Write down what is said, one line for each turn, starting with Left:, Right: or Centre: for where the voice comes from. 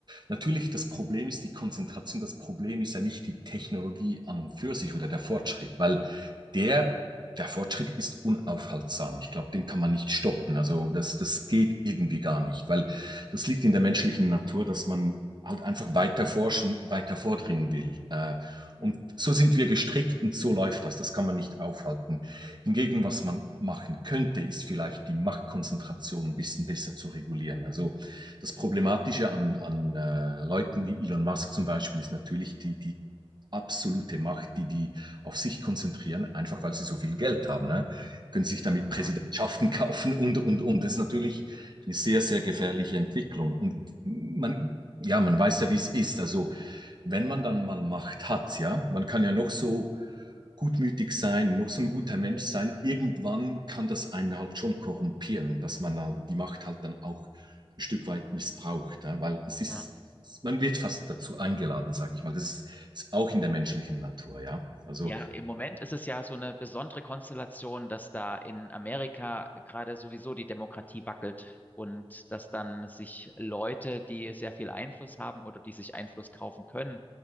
Right: natürlich das Problem ist die Konzentration. Das Problem ist ja nicht die Technologie an und für sich oder der Fortschritt, weil
Left: Hm,
Right: der Der Fortschritt ist unaufhaltsam. Ich glaube, den kann man nicht stoppen. Also das, das geht irgendwie gar nicht, weil das liegt in der menschlichen Natur, dass man halt einfach weiter forschen, weiter vordringen will. Äh, Und
Left: Ja. hm,
Right: so sind wir gestrickt und so läuft das. Das kann man nicht aufhalten. Hingegen, was man machen könnte, ist vielleicht die Machtkonzentration ein bisschen besser zu regulieren. Also das Problematische an, an äh, Leuten wie Elon Musk zum Beispiel ist natürlich die, die absolute Macht, die die auf sich konzentrieren, einfach weil sie so viel Geld haben. Ne? Können sich damit Präsidentschaften
Left: ja,
Right: <laughs> kaufen und, und, und. Das ist natürlich eine sehr, sehr gefährliche Entwicklung. Und man ja, man weiß ja, wie es ist. Also, wenn man dann mal Macht hat, ja, man kann ja noch so gutmütig sein, noch so ein guter Mensch sein. Irgendwann kann das einen halt schon korrumpieren, dass man halt die Macht halt dann auch ein Stück weit missbraucht, ja, weil es ist,
Left: ja.
Right: man wird fast dazu eingeladen, sag ich mal. Das ist, ist auch in der menschlichen Natur, ja. Also
Left: Ja, im Moment ist es ja so eine besondere Konstellation, dass da in Amerika gerade sowieso die Demokratie wackelt und dass dann sich Leute, die sehr viel Einfluss haben oder die sich Einfluss kaufen können,